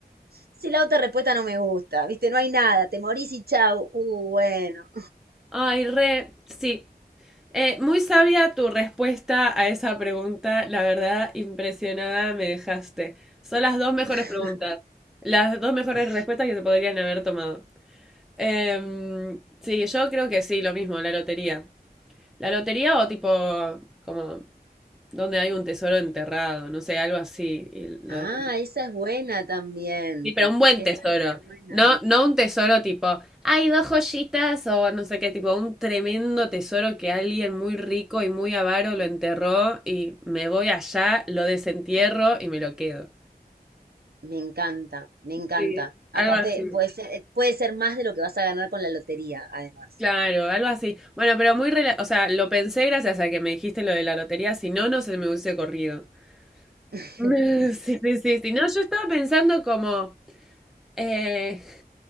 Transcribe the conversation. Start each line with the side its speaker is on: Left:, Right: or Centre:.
Right: si la otra respuesta no me gusta, ¿viste? No hay nada, te morís y chau. Uh, bueno.
Centre: Ay, re, sí. Eh, muy sabia tu respuesta a esa pregunta. La verdad, impresionada me dejaste. Son las dos mejores
Right: <laughs>
Centre: preguntas. Las dos mejores respuestas que se podrían haber tomado. Em, sí, yo creo que sí, lo mismo, la lotería. La lotería o tipo, como, donde hay un tesoro enterrado, no sé, algo así, y lo
Right: Ah,
Centre: de
Right: esa es buena también.
Centre: Sí, pero un buen
Right: Esa
Centre: tesoro.
Right: es re buena.
Centre: No, no un tesoro tipo, hay dos joyitas o no sé qué, tipo un tremendo tesoro que alguien muy rico y muy avaro lo enterró y me voy allá, lo desentierro y me lo quedo.
Right: Me encanta, me encanta.
Centre: Sí,
Right: Aparte,
Centre: algo así.
Right: puede ser, eh, puede ser más de lo que vas a ganar con la lotería, además.
Centre: Claro, algo así. Bueno, pero muy, rela- o sea, lo pensé gracias a que me dijiste lo de la lotería, si no, no se me hubiese corrido.
Right: <laughs>
Centre: <laughs> Sí, sí, sí, sí. No, yo estaba pensando como, eh,